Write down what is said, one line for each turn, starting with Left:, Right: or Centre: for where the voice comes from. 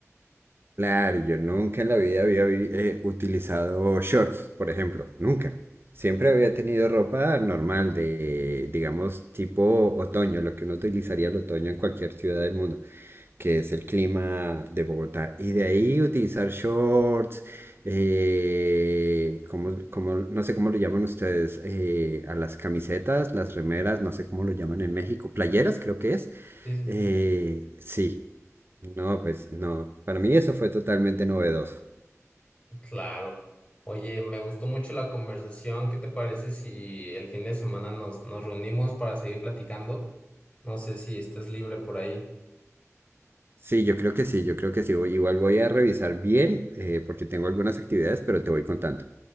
Right: Claro, yo nunca en la vida había vi- eh, utilizado shorts, por ejemplo, nunca. Siempre había tenido ropa normal de, digamos, tipo otoño, lo que uno utilizaría el otoño en cualquier ciudad del mundo, que es el clima de Bogotá. Y de ahí utilizar shorts, eh, como, como, no sé cómo lo llaman ustedes, eh, a las camisetas, las remeras, no sé cómo lo llaman en México, playeras creo que es.
Left: Sí, sí, sí.
Right: Eh, sí, no, pues no. Para mí eso fue totalmente novedoso.
Left: Claro. Oye, me gustó mucho la conversación. ¿Qué te parece si el fin de semana nos, nos reunimos para seguir platicando? No sé si estés libre por ahí.
Right: Sí, yo creo que sí, yo creo que sí. Voy- Igual voy a revisar bien eh, porque tengo algunas actividades, pero te voy contando.